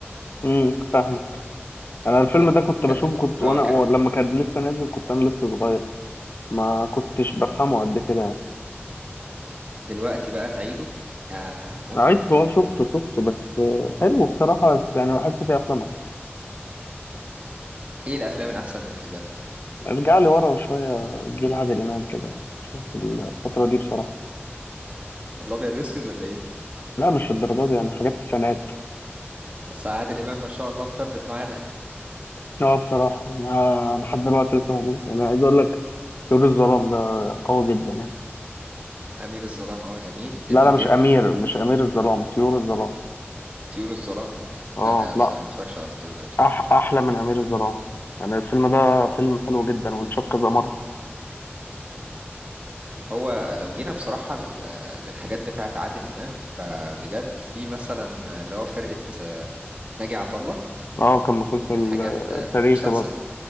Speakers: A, on the left; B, on the right.
A: امم فاهمك انا الفيلم
B: ك-
A: ده كنت
B: كان
A: بشوفه كنت وانا
B: اه كان
A: لما كان لسه نازل كنت انا لسه صغير ما كنتش بفهمه قد كده يعني
B: دلوقتي بقى تعيده ياه متعة
A: عدت هو شفته شفته بس آه، حلو بصراحه بس يعني بحس فيه افلام
B: ايه الافلام الاحسن بالنسبة لك
A: ارجع لي ورا شوية جيل عادل إمام كده شوف الفترة دي بصراحة
B: الابيض والاسود ولا ايه
A: لا مش للدرجة دي يعني حاجات السنات
B: اصل عادل امام ما شاء الله مثبت معانا
A: اه بصراحة أنا لحد دلوقتي لسه موجود أنا عايز أقول لك طيور الظلام ده قوي جدا يعني
B: <laughs> امير الظلام اه جميل جميل
A: لا لا مش
B: جدا
A: أمير مش أمير الظلام طيور الظلام
B: طيور الظلام
A: اه
B: لا بس
A: لا
B: أنا ما اتفرجش على طيور الظلام صراحة
A: أح أحلى من أمير الظلام يعني الفيلم ده فيلم حلو جدا واتشاف كذا مرة
B: هو لو جينا بصراحة ل- للحاجات بتاعة عادل امام فبجد في مثلا اللي هو فرقة آه، ناجي عطا الله
A: اه كان مسلسل
B: الحاجات
A: آه،
B: آه،
A: تاريخي
B: مسلسل
A: برضه